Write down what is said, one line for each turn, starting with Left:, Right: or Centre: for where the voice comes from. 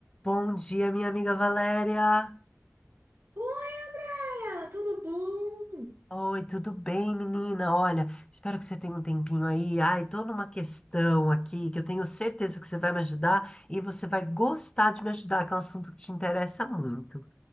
Left: Bom dia, minha amiga Valéria.
Right: Oi, Andréia, tudo bom?
Left: Oi, tudo bem, menina? Olha, espero que você tenha um tempinho aí. Ai, tô numa questão aqui que eu tenho certeza que você vai me ajudar e você vai gostar de me ajudar, que é um assunto que te interessa muito.